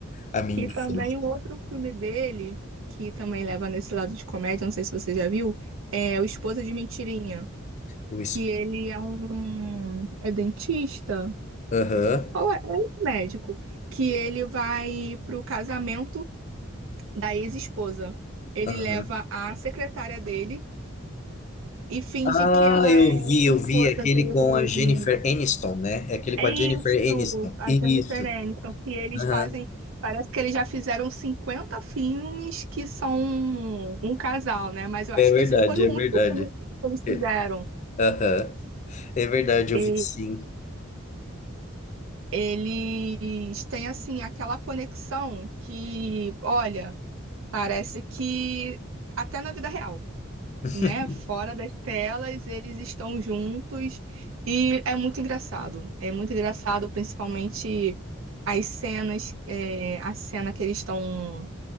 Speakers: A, on the left; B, on the right.
A: a minha
B: E
A: infância.
B: também o outro filme dele, que também leva nesse lado de comédia, não sei se você já viu, é O Esposa de Mentirinha,
A: O es-
B: que ele é um é dentista
A: Aham,
B: ou é é um médico, que ele vai pro casamento da ex-esposa. Ele
A: aham.
B: leva a secretária dele e finge
A: Ah,
B: que ela
A: eu
B: é
A: vi, eu
B: esposa
A: vi aquele
B: dele
A: com a Jennifer Aniston, né? É Aquele
B: É
A: com a Jennifer
B: isso,
A: Aniston.
B: a
A: Isso.
B: Jennifer Aniston, que eles
A: Aham.
B: fazem, parece que eles já fizeram 50 filmes que são um, um casal, né? Mas eu
A: É
B: acho
A: verdade,
B: que esse foi o
A: é
B: único
A: verdade.
B: filme que eles fizeram.
A: É- Aham. É verdade,
B: E
A: eu vi sim.
B: eles têm, assim, aquela conexão que, olha, parece que até na vida real.
A: <laughs>
B: né? Fora das telas, eles estão juntos e é muito engraçado. É muito engraçado, principalmente as cenas, é, a cena que eles estão